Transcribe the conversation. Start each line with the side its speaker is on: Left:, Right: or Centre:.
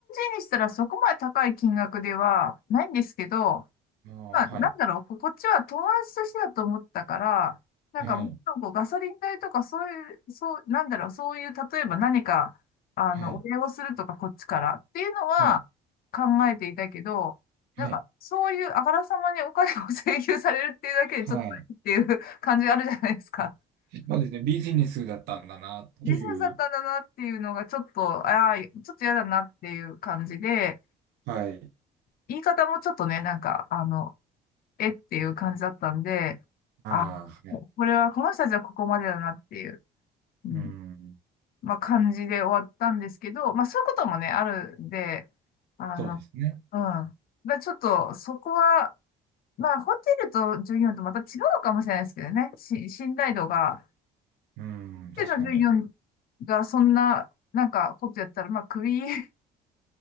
Left: 人にしたらそこまで高い金額ではないんですけど、
Right: ああ、
Left: まあ、
Right: はい。
Left: なんだろう、ここっちは友達としてだと思ったから、なんかもっとこうガソリン代とかそういう、
Right: はい。
Left: そう、なんだろう、そういう、例えば何か、あの、
Right: はい。
Left: お礼をするとかこっちからっていうのは考えていたけど、
Right: はい。はい。
Left: なんかそういうあからさまにお金を請求されるっていうだけでちょっとっていう
Right: はい。
Left: <laughs> 感じがあるじゃないですか。
Right: そうですね。ビジネスだったんだなっていう。
Left: ビジネスだったんだなっていうのがちょっと、ああ、ちょっと嫌だなっていう感じで、
Right: はい。
Left: 言い方もちょっとね、なんか、あの、えっていう感じだったんで、
Right: ああ、
Left: あ、
Right: はい。
Left: ここれは、この人たちはここまでだなっていう、うん、
Right: うん。
Left: まあ感じで終わったんですけど、まあそういうこともね、あるんで、あの、
Right: そうですね。
Left: うん。まあちょっと、そこは、まあホテルと従業員とまた違うのかもしれないですけどね、し、信頼度が、
Right: うん。確かに。
Left: ホテルの従業員がそんな、なんかことやったら、まあクビ、<laughs>